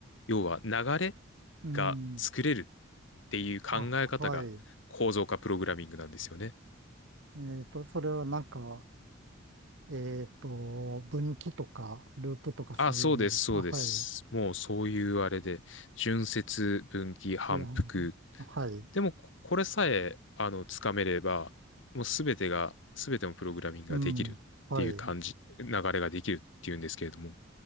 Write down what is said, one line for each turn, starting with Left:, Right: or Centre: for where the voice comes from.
Left: 要は流れ
Right: うん。
Left: が作れるっていう考え方が構造化プログラミングなんですよね。
Right: あ、はい。えっと、それはなんか、えっと、分岐とか、ループとかそういうのですか。
Left: あ、そうです、そうです。
Right: あ、はい。
Left: もうそういうあれで、順接、分岐、反復、
Right: リアル。はい。
Left: でも、ここれさえ、あの、つかめれば、もうすべてが、すべてのプログラミングができるっていう感じ、
Right: うん。はい。
Left: 流れができるっていうんですけれども、